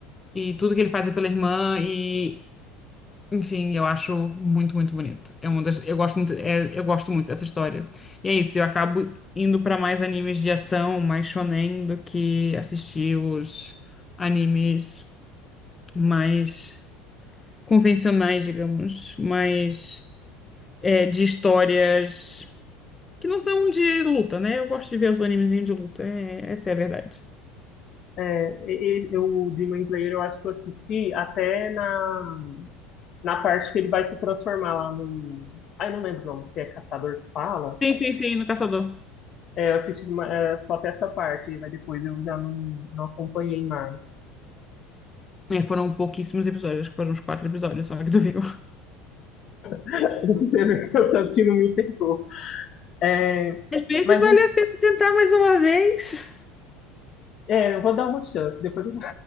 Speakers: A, on the left; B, on the left.
A: e tudo que ele faz é pela irmã, e enfim, eu acho muito, muito bonito. É uma das... Eu gosto muito, é- eu gosto muito dessa história. E é isso, eu acabo indo pra mais animes de ação, mais shonen, do que assistir os animes mais convencionais, digamos, mas é, de histórias que não são de luta, né? Eu gosto de ver os animezinhos de luta, é- essa é a verdade.
B: É, e- e- eu, o Demon Slayer eu acho que eu assisti até na, na parte que ele vai se transformar lá no. Ah, eu não lembro o nome, se é Caçador que fala.
A: Sim, sim, sim, no Caçador.
B: É, eu assisti uma- é, só até essa parte, mas depois eu já não, não acompanhei mais.
A: É, foram pouquíssimos episódios, acho que foram uns quatro episódios só que tu viu. <laughs>
B: <laughs> O tanto que não me pegou. É,
A: Às vezes
B: mas
A: vale a pena tentar mais uma vez.
B: é, eu vou dar uma chance, depois eu